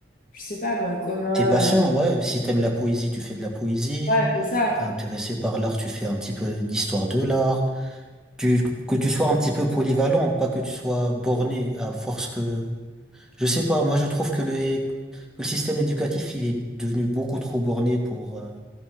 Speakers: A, on the left; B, in the centre.
A: je sais pas moi, comment
B: T'es patient,
A: euh,
B: ouais. Si t'aimes la poésie, tu fais de la poésie.
A: ouais, c'est ça.
B: T'es intéressé par l'art, tu fais un petit peu d'histoire de l'art. tu- que tu sois un petit peu polyvalent, pas que tu sois borné à force que... Je sais pas, moi je trouve que le, que le système éducatif, il est devenu beaucoup trop borné pour... euh,